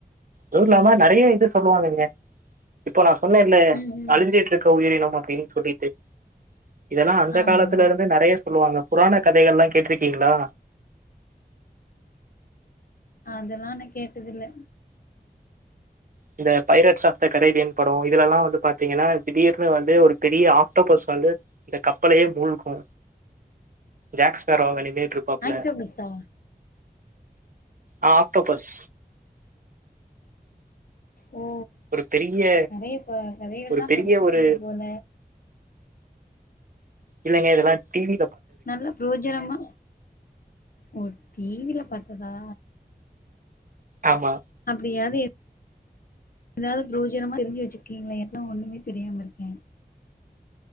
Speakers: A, on the right (about 55°); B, on the left (about 60°).
A: அதுவு இல்லாம நறைய இது சொல்லுவாங்கங்க இப்போ நா சொன்னேல்ல
B: ம்
A: அழுஞ்சிட்டு இருக் ட்ரோ உயிரினம் அப்டின் சொல்லிட்டு இதெல்லா அந்த
B: ஆமா
A: காலத்தில இருந்து நறைய சொல்லுவாங்க புராண கதைகள் எல்லாம் கேட்டிக்கீங்ளா
B: அதெல்லாம் நா கேட்டது இல்ல
A: இந்த பைரட்ஸ் ஆப் த கரேன் படோ இதலெல்லா வந்து பா த்தீங்னா திடீர்னு வந்து ஒரு பெரிய ஆக்டோபஸ் வந்து இந்த கப்பலே மூழ்கு ஜாக்ஸ்பர் அவங்க நின்ட்டு இருப்பாப்ல
B: ஆக்டோபஸா
A: அ ஆக்டோபஸ்
B: ஓ
A: ஒரு பெரிய
B: நறைய ப கதைகள்ல்லா
A: ஒரு பெரிய
B: படிச்சிக்கீங்க
A: ஒரு
B: போல
A: இல்லங்க இதெல்லா டிவி
B: நல்லா பொர்ஜனமா ஓ டிவில பாத்ததா
A: ஆமா
B: அப்டியாது ஏதாவது பிரோஜனமா தெரிஞ்சு வச்சிருக்கீங்ளே எனக்குல ஒண்ணுமே தெரியாம இருக்கே